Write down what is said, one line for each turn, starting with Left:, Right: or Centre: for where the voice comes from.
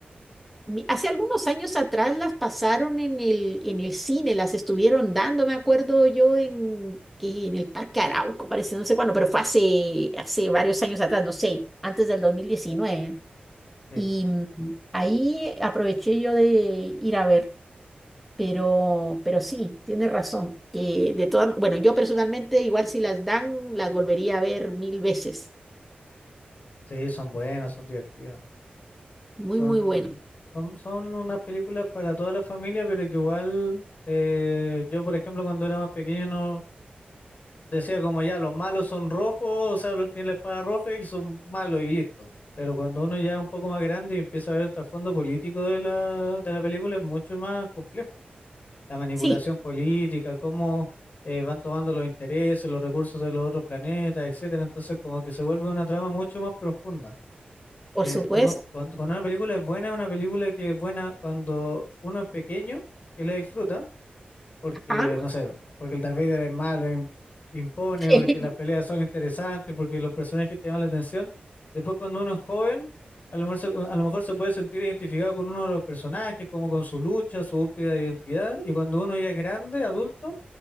Centre: mi- Hace algunos años atrás las pasaron en el, en el cine, las estuvieron dando, me acuerdo yo, en, que en el Parque Arauco, parece, no sé cuándo, pero fue hace, hace varios años atrás, no sé, antes del dos mil diecinueve
Left: Sí,
Centre: Y mm, ahí aproveché yo de ir a ver, pero, pero sí, tienes razón, que de todas, bueno, yo personalmente igual si las dan, las volvería a ver mil veces.
Left: sí, son buenas, son divertidas,
Centre: Muy,
Left: son,
Centre: muy buena.
Left: son, son unas películas para toda la familia, pero que igual... eh, yo, por ejemplo, cuando era más pequeño no, decía como ya, los malos son rojos, o sea, los tienen la espada roja y son malos y listo. Pero cuando uno ya es un poco más grande y empieza a ver el trasfondo político de la, de la película, es mucho más complejo. La manipulación
Centre: Sí,
Left: política, cómo eh, van tomando los intereses, los recursos de los otros planetas, etcétera. Entonces, como que se vuelve una trama mucho más profunda.
Centre: por
Left: Eh,
Centre: supuesto.
Left: cuando, cuando, cuando una película es buena, es una película que es buena cuando uno es pequeño, que la disfruta porque,
Centre: Ajá.
Left: no sé, porque el Darth Vader es malo, im- impone,
Centre: <laughs>
Left: porque las peleas son interesantes, porque los personajes te llaman la atención. Después cuando uno es joven, a lo mejor se, a lo mejor se puede sentir identificado con uno de los personajes, como con su lucha, su búsqueda de identidad, y cuando uno ya es grande, adulto,